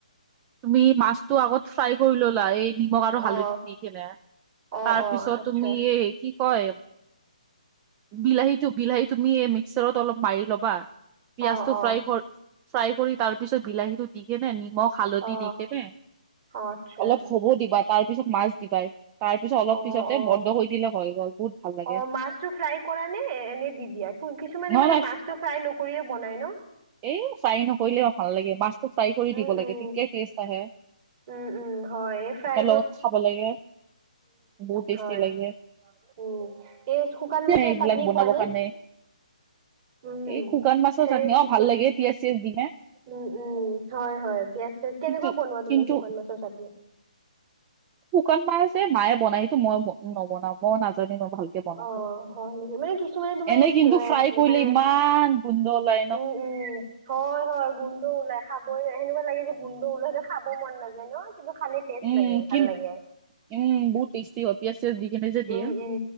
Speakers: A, on the right; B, on the right.
A: তুমি মাছটো আগত ফ্ৰাই কৰি ল'লা, এই নিমখ। আৰু হালধি
B: অ
A: দি কিনে,
B: অ
A: তাৰ
B: অ
A: পিছত
B: আচ্ছা
A: তুমি এই কি। কি কয়? বিলাহীটো বিলাহী তুমি এই মিক্সাৰত অলপ মাৰি ল'বা। পিয়াঁজটো
B: অ অ
A: ফ্ৰাই কৰ, ফ্ৰাই কৰি তাৰ পিছত বিলাহীটো দি কেনে নি। মখ-হালধি
B: অ
A: দি কেনে
B: অ আচ্ছা
A: অলপ হ'ব দিবা, তাৰ পিছত মাছ দিবা। তাৰ পিছত অলপ
B: অ
A: পিছতে
B: অ
A: বন্ধ কৰি দিলে হৈ গ'ল, বহুত ভাল লাগে।
B: অ মাছটো ফ্ৰাই কৰা নে এনে দি দিয়া কিছুমানে
A: নহয়
B: মানে
A: নহয়
B: মাছটো ফ্ৰাই নকৰিয়ে বনাই ন?
A: এই ফ্ৰাই নকৰিলে কিবা ভাল না, মাছটো ফ্ৰাই কৰি
B: উম
A: দিব
B: উম
A: লাগে তেতিয়াই টেষ্ট আহে।
B: উম উম, হয় এই ফাই।
A: ত খাব লাগে, বহুত টেষ্টি
B: হয়।
A: লাগে।
B: উম এই শুকান মাছৰ
A: এইবিলাক
B: চাটনি
A: বনাব
B: খোৱা নে?
A: কাৰণে।
B: উম,
A: এই শুকান মাছৰ
B: সেই
A: চাটনি,
B: কি
A: অ' ভাল
B: কয়
A: লাগে পিয়াঁজ-চিয়াজ দিমে
B: উম উম, হয় হয়। পিয়াঁজ-চিয়াজ, কেনেকুৱা
A: কিন্তু
B: বনোৱা
A: কিন্তু
B: তুমি শুকান মাছৰ চাটনি?
A: শুকান মাছ যে মায়ে বনাইটো মই নবনাও মই নাজানো
B: অ',
A: তই
B: হয় নেকি মানে কিছুমানে তোমাৰ
A: এনে
B: এই
A: কিন্তু
B: এ
A: ফাই কৰিলে
B: মানে
A: ইমান গোন্ধ ওলায়
B: উম উম হয় হয় গোন্ধ ওলাই খাবই সেনেকুৱা লাগি য গোন্ধ তো ওলাই যে খাব মন নাযায় ন কিন্তু খালি টেষ্ট
A: উম
B: লাগে
A: কি
B: ভাল লাগে
A: উম বহুত টেষ্টি হয় পিয়াজ চিয়াজ দি কেনে যে
B: উম
A: দিয়ে
B: উম